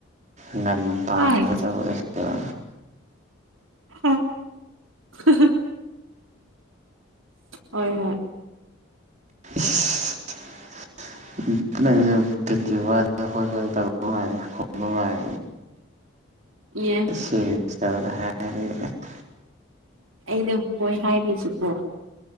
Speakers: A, on the right (about 35°); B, on the right (about 85°).
A: ꯉꯟꯅ ꯄꯥꯜꯕꯥ꫰ꯇꯧꯔ꯭ꯁꯤꯕꯥ
B: ꯍꯣꯏ ꯍ <unintelligible> ꯍꯣꯏ ꯍꯣꯏ
A: <unintelligible>
B: <inaudible>
A: <unintelligible> ꯕꯤꯇꯤ ꯋꯥꯗ ꯑꯩꯈꯣꯏ ꯍꯣꯏ ꯇꯧꯕꯥ ꯃꯥꯜꯂꯤ ꯈꯣꯡꯕ ꯃꯥꯂꯤ
B: ꯌꯦ
A: ꯁꯤ ꯁꯇ <unintelligible> ꯑ
B: ꯑꯩꯅ ꯍꯣꯏ ꯍꯥꯏꯔꯤꯁꯤꯕꯣ